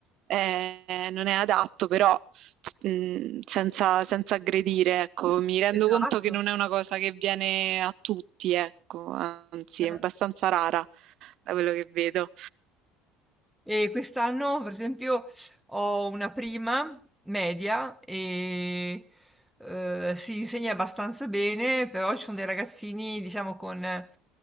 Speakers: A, on the right; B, in the centre.
A: eh, non è adatto, però mh, senza, senza aggredire, ecco, mi rendo
B: esatto.
A: conto che non è una cosa che viene a tutti, ecco, anzi
B: Eh.
A: è abbastanza rara da quello che vedo.
B: E quest'anno, per esempio, ho una prima media e eh, si insegna abbastanza bene, però ci sono dei ragazzini, diciamo, con eh,